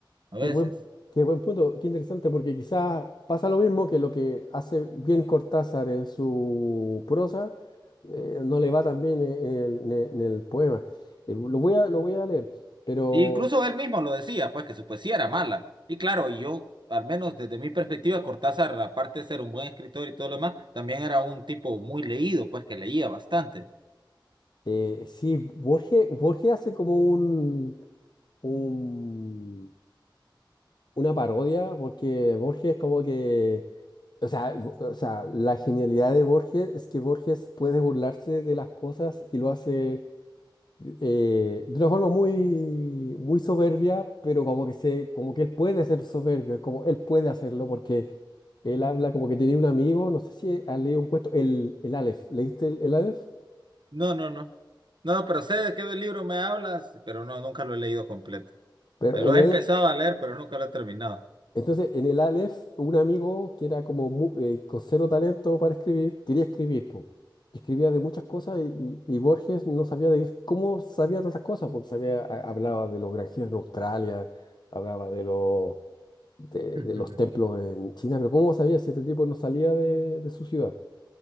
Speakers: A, on the right; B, on the left.
A: a
B: Qué
A: veces.
B: buen, qué buen punto, qué interesante, porque quizás pasa lo mismo que lo que hace bien Cortázar en su prosa, eh, no le va tan bien en el, en el- en el poema. Eh, lo voy a, lo voy a leer, pero
A: E incluso él mismo lo decía, pues que su poesía era mala. Y claro, y yo, al menos desde mi perspectiva, Cortázar, aparte de ser un buen escritor y todo lo demás, también era un tipo muy leído, pues que leía bastante.
B: eh, sí, Borges, Borges hace como un, un- una parodia, porque Borges es como que, o sea, el- o sea, la genialidad de Borges es que Borges puede burlarse de las cosas y lo hace eh, de una forma muy, muy soberbia, pero como que se, como que él puede ser soberbio, es como él puede hacerlo porque él habla como que tenía un amigo, no sé si ha leído un cuento, el, el Aleph, ¿leíste el, el Aleph?
A: No, no, no. No, pero sé de qué libro me hablas, pero no, nunca lo he leído completo.
B: Pero
A: Lo
B: en el,
A: he empezado a leer, pero nunca lo he terminado.
B: entonces en el Aleph un amigo que era como mu- eh, con cero talento para escribir, quería escribir, po. Escribía de muchas cosas y, y- y Borges no sabía de qué- cómo sabía tantas cosas, porque sabía, ha- hablaba de los granjeros en Australia, hablaba de los de,
A: <laughs>
B: de los templos en China, pero ¿cómo sabía si este tipo no salía de, de su ciudad?